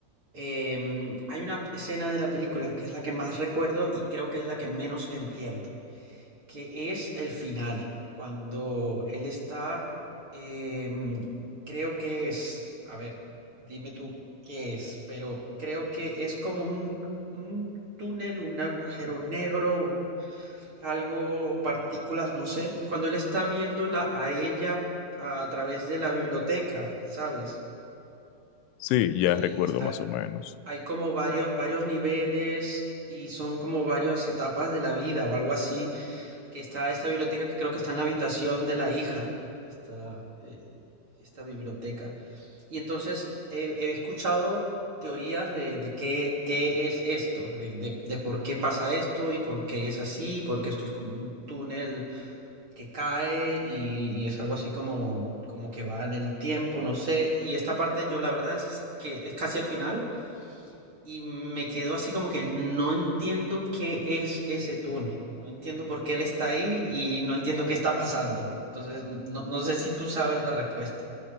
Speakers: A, on the right (about 30°); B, on the left (about 90°).
A: Em, hay una escena de la película que es la que más recuerdo y creo que es la que menos entiendo, que es el final, cuando él está, em, creo que es, a ver, dime tú qué es, pero creo que es como un, un túnel, un agujero negro, algo, partículas, no sé, cuando él está viéndola a ella a través de la biblioteca, ¿sabes?
B: Sí, ya
A: Que
B: recuerdo
A: está,
B: más o menos.
A: hay como varios, varios niveles y son como varias etapas de la vida o algo así, que está esta biblioteca que creo que está en la habitación de la hija, esta, eh, esta biblioteca. Y entonces eh, he escuchado teorías de, de qué, qué es esto, de, de, de por qué pasa esto y por qué es así, porque esto es como un túnel que cae y, y es algo así como, como que va en el tiempo, no sé. Y esta parte yo la verdad es que es casi al final y me quedo así como que no entiendo qué es ese túnel, no entiendo por qué él está ahí y no entiendo qué está pasando. Entonces, no, no sé si tú sabes la respuesta.